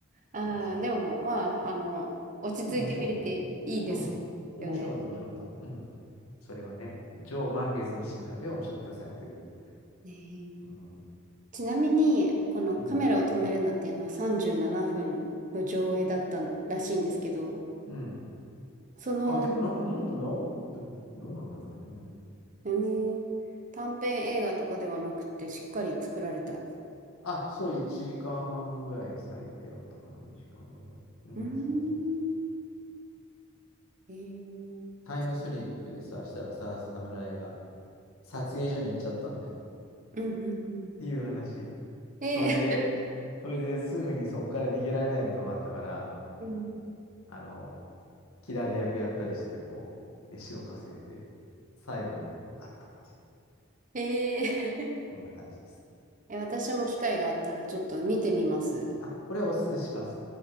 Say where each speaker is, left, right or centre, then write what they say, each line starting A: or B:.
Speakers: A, on the right (about 35°); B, on the left (about 75°).
A: ああ、
B: そうそうそ
A: でも、まあ、あの、落ち着いて見れていいですよね。
B: う。でも面白かったよ。うん。面白かった、面白かった。うん。それはね、上満月の島よりは面白かったよ、最低でも。
A: ねえ
B: うん。
A: ちなみに、このカメラを止めるなっていうのは37分の上映だったらしいんですけど、
B: うん。うん。
A: その、
B: あ、でもなんかもっと長かったよ。どうなんだろうね。うん。
A: うーん、短編映画とかではなくて、しっかり作られた。
B: あ、そう、1時間半ぐらい最低あったかな、2時間ぐらい。うん、
A: うーん、
B: そうそう。
A: えー、
B: タイムスリップでさ、
A: あ、そ
B: したらさ、侍が撮影所に行っちゃったんだよ。っ
A: ううんうんうん。
B: ていう話。
A: え、
B: それで、それですぐにそこから逃げられないことがあったから、うん、
A: <laughs> うん
B: あの、切られ役やったりして、こう、飯を稼いで、最後にあったっていう、
A: えー <laughs>
B: そんな感じです。
A: え、私も機会があったらちょっと見てみます。
B: あ、これはおすすめします。